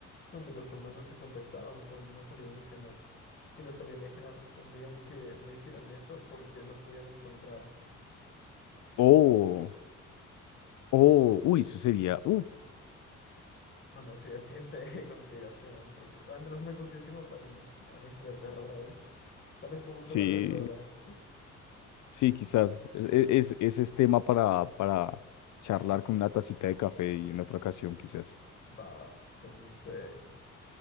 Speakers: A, on the left; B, on the left.
A: donde los humanos se contactaban con unos alienígenas y los alienígenas respondían que no hicieran eso porque los podían encontrar.
B: O, o, uy, eso sería, uff,
A: Bueno, eso ya sí es irse de <laughs> conspiraciones, porque realmente no es una conspiración como tal, sino <laughs> eh, una historia de terror ahí. Tal vez podemos
B: sí,
A: hablar de eso ahora.
B: Sí, quizás es, es, es es tema para, para charlar con una tacita de café y en otra ocasión, quizás.
A: Va, va. Entonces, este,